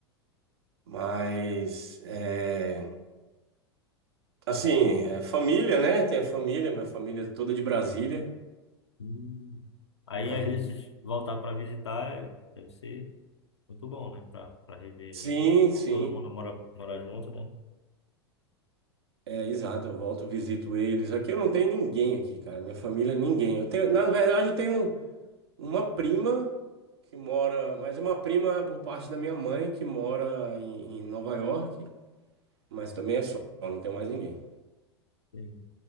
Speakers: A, on the right; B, on the left.
A: Mas, é, assim, é família, né? Tem a família, minha família é toda de Brasília.
B: Hum. Aí,
A: Aí,
B: às vezes, voltar para visitar é- deve ser muito bom, né? Para para rever
A: sim,
B: aí.
A: sim.
B: Como Todo mundo mora, mora junto, né?
A: É, exato, eu volto, visito eles. Aqui eu não tenho ninguém aqui, cara. Minha família, ninguém. Eu tenho, na verdade, eu tenho uma prima que mora, mas é uma prima por parte da minha mãe que mora em, em Nova York, mas também é só, não tenho mais ninguém.
B: Sim.